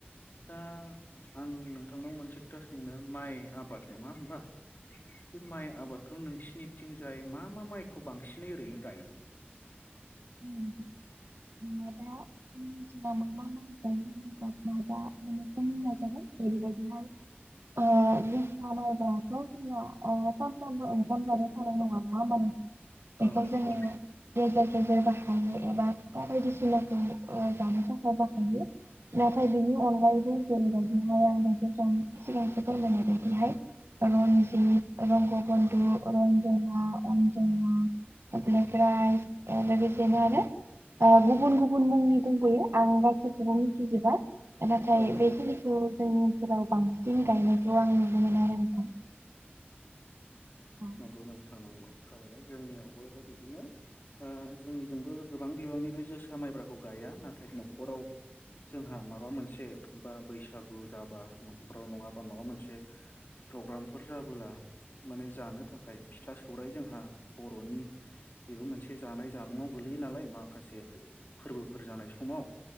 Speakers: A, on the left (about 55°); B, on the right (about 90°).
A: दा। आं नोंथांनाव मोनसे खोथा सोंनो माइ आबाद नङा होमबा बे माइ आबाद खौ नोंसिनिथिंजाय मा मा माइखौ बांसिनै ओरैनो गायो?
B: <inaudible> माने खम <inaudible> ओ जोसा मायब्रा <unintelligible> ओंखाम जानो थानाय नङा नङा होमबा नों बेखौ जोङो
A: औ नंगौ
B: गेज। <unintelligible> एबा फा बायदिसिना जानो <unintelligible> नाथाय बिनि अनगायैबो जेरैबायदिहाय आं ज सिगांसो फोरमायनाय बायदिहाय रनजित रग रजना अनजना <unintelligible> बेनो आरो गुबुन गुबुन मुंनि दंबोयो आं गासैखौबो मिथिजोबा नाथाय
A: औ
B: बे
A: नंगौ
B: खिनिखौ जोंनि ओनसोलाव बांसिन गायनायखौ आं नुनो मोनो आरो नोंथां! औ
A: नंगौ नोंथां नंगौ थारैनो जोंनियावबो बिदिनो। ओ जोंनिजोंबो गोबां बिबांनि बे जोसा माइब्राखौ गाया नाथाय न'खराव। जोंहा माबा मोनसे बा बैसागु जाब। बा नखराव नङाबा माबा मोनसे प्रग्रामफोर जाबोला माने जानो। ओफ्राय फिथा सौरायाइ जोंहा बर'नि बेबो मोनसे जानाय जामुंआव गोलैयो नालाय म माखासे फोरबोफोर जानाय समाव